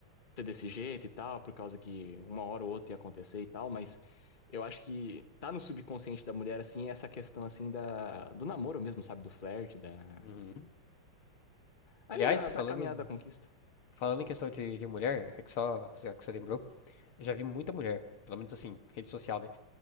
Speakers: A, on the left; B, on the left.
A: ser desse jeito e tal, por causa que uma hora ou outra ia acontecer e tal, mas eu acho que tá no subconsciente da mulher, assim, essa questão, assim, da, do namoro mesmo, sabe? Do flerte, da.
B: Uhum.
A: Ali
B: Aliás,
A: da, da
B: falando,
A: caminhada da conquista.
B: falando em questão de, de mulher, é que só já que você lembrou, eu já vi muita mulher, pelo menos assim, rede social, né?